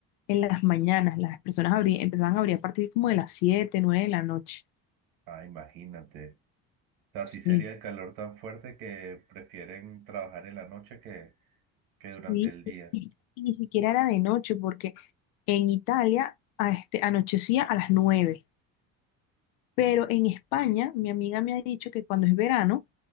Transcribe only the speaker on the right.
Ah, imagínate. O sea, sí sería
el calor tan fuerte que prefieren trabajar en la noche que, que
durante el
día.